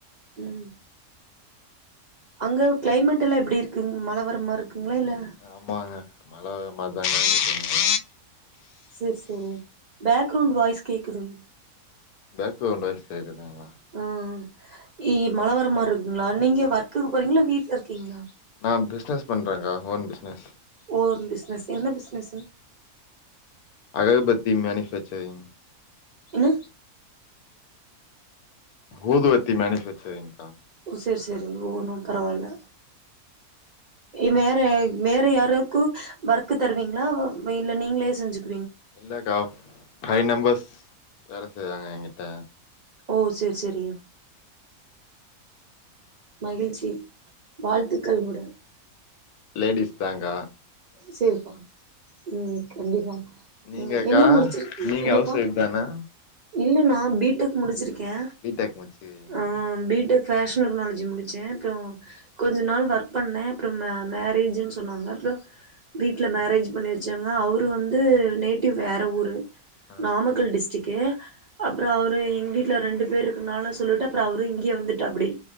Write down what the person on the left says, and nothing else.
ஆமாங்க மல வரா மார்தாங் <inaudible>
பேக்ரவுண்ட் வாய்ஸ் கேக்குதுங்களா
நா பிஸ்னஸ் பண்றேங்க ஓன் பிஸ்னஸ்
அகர்பத்தி மேனிஃபேச்சரிங்
ஊதுவத்தி மேனிஃபேச்சரிங்கா
இல்லக்கா ஃபைய் மெம்பர்ஸ் வேல செய்ராங்க எகிட்ட
லேடிஸ் பேங்கா
நீங்கக்கா
நீங்க
ஹவுஸ் ஒய்ஃப் தானா
பி டெக் முடிச்சிருக்கீங்களா
ஆ
ஓகே